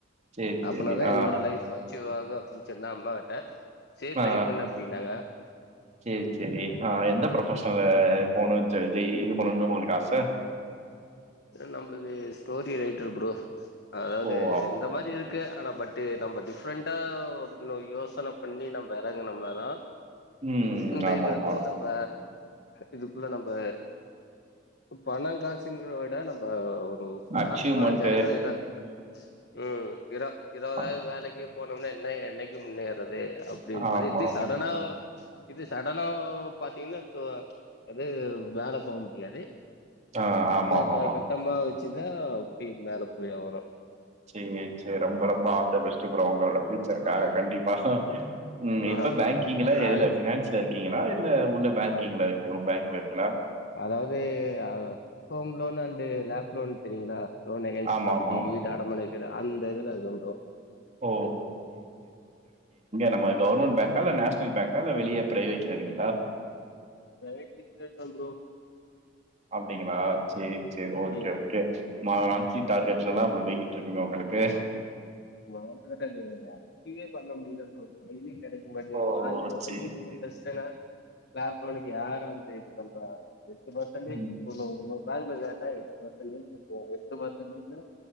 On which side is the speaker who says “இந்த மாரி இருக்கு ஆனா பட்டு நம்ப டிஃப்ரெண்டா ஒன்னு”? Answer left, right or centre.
Left